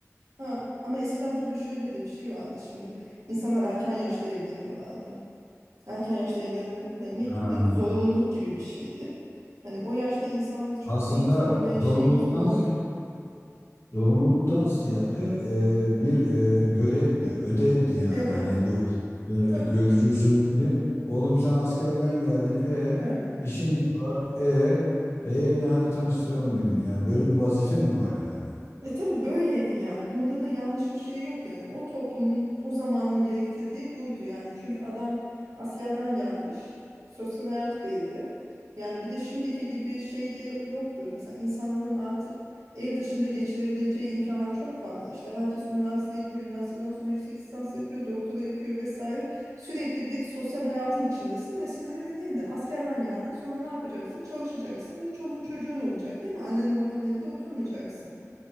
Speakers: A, on the right (about 85°); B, on the left (about 50°).
A: Ha, ama eskiden tabii şöyle de bir şey vardı şimdi. İnsanlar erken yaşta evleniyorlardı erken yaşta evlenebilmek
B: Ha.
A: bir zorunluluk gibi bir şeydi. Hani o yaşta insanları çok
B: Aslında
A: da iyi tanımaya
B: zorunluluktan
A: şeyiniz olmuyor.
B: Zorunluluktan ziyade e, bir e, görevdi, ödevdi yani.
A: Evet,
B: Hani bu e,
A: tabii,
B: görücü usulü diye. Oğlum sen askerden geldin. E
A: evet.
B: işin de var. E, e evlen hadi tanıştıralım birini. Yani böyle bir vazife mi var yani?
A: E tabii böyleydi yani. Bunda da yanlış bir şey yok yani. O toplumun o zamanın gerektirdiği buydu yani. Çünkü adam askerden gelmiş. Sosyal hayat belli. Yani bir de şimdiki gibi şey de yo- yoktu. Mesela insanların artık ev dışında geçirebileceği imkanlar çok fazla. İşte herkes üniversiteye gidiyor. Üniversiteden sonra yüksek lisans yapıyor, doktora yapıyor vesaire. Sürekli bir sosyal hayatın içindesin ama eskiden öyle değildi. Askerden geldin, sonra ne yapacaksın? Çalışacaksın ve çoluğun çocuğun olacak, değil mi? Annenin babanın evinde oturmayacaksın.